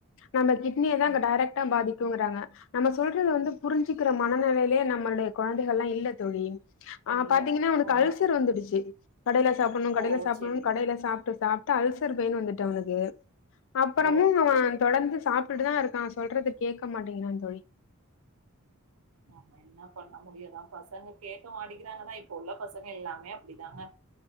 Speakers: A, on the left; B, on the right.
A: நம்ம கிட்னியதா அங்க
B: ம்
A: டரெக்டா பாதிக்குங்கறாங்க நம்ம சொல்றது வந்து புரிஞ்சுக்கிற மனநிலையிலயே நம்மளுடைய குழந்தைகள் எல்லா இல்ல தோழி ஆ
B: இல்ல
A: பாத்தீங்கன்னா அவனுக்கு
B: உண்மதா
A: அல்சர் வந்துடுச்சு கடையில சாப்டணும் கடையில
B: ஓ
A: சாப்டணும்
B: செரி
A: கடையில சாப்ட்டு சாப்ட்டு அல்சர் பெயின் வந்துட்டு அவனுக்கு அப்புறமும்
B: ஓ
A: அவன் தொடர்ந்து சாப்ட்டு தா இருக்கா சொல்றது கேக்க மாட்டேங்குறா தோழி
B: நம்ம என்ன பண்ண முடியுதா பசங்க கேக்க மாட்டிக்கிறாங்கதா இப்ப உள்ள பசங்க எல்லாமே அப்படிதாங்க